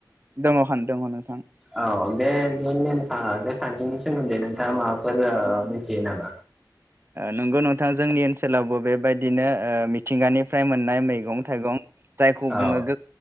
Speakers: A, on the right (about 30°); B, in the centre.
A: दङ <unintelligible> नोंथां
B: औ बे बे नेमखा बे खान्थिनि सोमोन्दै नोंथाङा माबाफोर ओ मिथियो नामा।
A: नंगौ नोंथां जोंनि ओनसोलावबो बेबायदिनो ओ मिथिंगानिफ्राय मोननाय मैगं थाइगं जायखौ
B: औ
A: बुङो गो